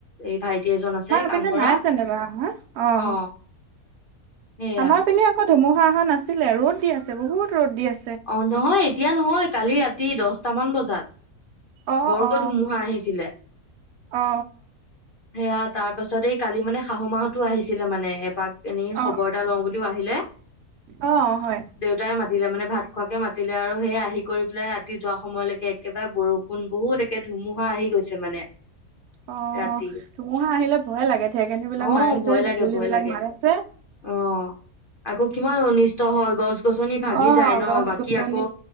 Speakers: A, on the left; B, on the right.
A: এই ভাইটি এজন আছে কাম
B: পিনে
A: কৰা
B: নাই যেনিবা আহা
A: অ সেয়া
B: আমাৰ পিনে আকৌ ধুমুহা অহা নাছিলে ৰ'দ দি আছে বহুত ৰ'দ দি আছে
A: অ নহয় এতিয়া নহয় কালি ৰাতি দহটামান বজাত
B: অ
A: বৰক
B: অ
A: ধুমুহা আহিছিলে
B: অ
A: সেয়া তাৰ পাছত এই কালি মানে শাহু মাহতো আহিছিলে মানে পাক এনেই
B: অ
A: খবৰ এটা লওঁ বুলিও আহিলে
B: অ হয়
A: দেউতাই মাতিলে মানে ভাত াতিলে আৰু সেই আহি কৰি পেলাই ৰাতি যোৱা সময়লৈকে একেবাৰে বৰষুণ বহুত ধুমুহা আহি গৈছে মানে
B: অ
A: ৰাতি
B: ধুমুহা আহিলে ভয়ে লাগে ঢেৰেকণি বিলাক
A: অ
B: মাৰে
A: ভয়
B: যে
A: লাগে
B: বিজুলী
A: ভয়
B: বিলাক
A: লাগে
B: মাৰে যে
A: অ আকৌ কিমান অনিষ্ট হয় গছ গছনি ভাগি
B: অ
A: যায় ন
B: গছ
A: বাকী
B: গছনি
A: আকৌ